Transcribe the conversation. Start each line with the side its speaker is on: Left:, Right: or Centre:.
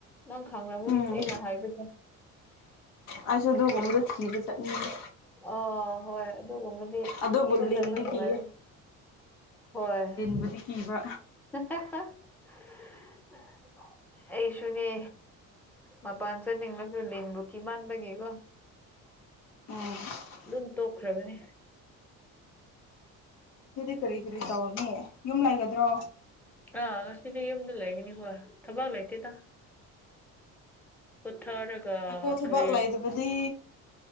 Centre: ꯅꯪ ꯈꯪꯔꯝꯒꯅꯤ
Left: ꯎꯝ
Centre: ꯑꯩꯅ ꯍꯥꯏꯕꯗꯣ
Left: ꯑꯩꯁꯨ ꯑꯗꯨꯒꯨꯝꯕꯗꯣ ꯊꯤꯕ ꯆꯠꯅꯤꯡꯉꯤ
Centre: ꯑꯣ ꯍꯣꯏ ꯑꯗꯨꯒꯨꯝꯕꯗꯤ
Left: ꯑꯗꯨꯕꯨ
Centre: ꯊꯤꯕ
Left: ꯂꯤꯟꯗꯤ
Centre: ꯆꯠꯄ ꯅꯨꯡꯉꯥꯏꯕꯅꯤ
Left: ꯀꯤꯌꯦ
Centre: ꯍꯣꯏ
Left: ꯕꯨꯗꯤ ꯀꯤꯕ
Centre: <unintelligible> ꯑꯩꯁꯨꯅꯦ ꯃꯄꯥꯟ ꯆꯠꯅꯤꯡꯂꯁꯨ ꯂꯤꯟꯕꯨ ꯀꯤꯃꯟꯕꯒꯤꯀꯣ
Left: ꯎꯝ
Centre: ꯑꯗꯨꯝ ꯇꯣꯛꯈ꯭ꯔꯥꯕꯅꯤ
Left: ꯗꯨꯗꯤ ꯀꯔꯤ ꯀꯔꯤ ꯇꯧꯅꯤ ꯌꯨꯝ ꯂꯩꯒꯗ꯭ꯔꯣ
Centre: ꯑꯥ ꯉꯁꯤꯗꯤ ꯌꯨꯝꯗ ꯂꯩꯒꯅꯤ ꯈꯣꯏ ꯊꯕꯛ ꯂꯩꯇꯦꯗ ꯄꯨꯊꯥꯔꯒꯥ
Left: ꯌꯥꯝ ꯅꯨꯡꯉꯥꯏꯀꯣ
Centre: <unintelligible>
Left: ꯊꯕꯛ ꯂꯩꯇꯕꯗꯤ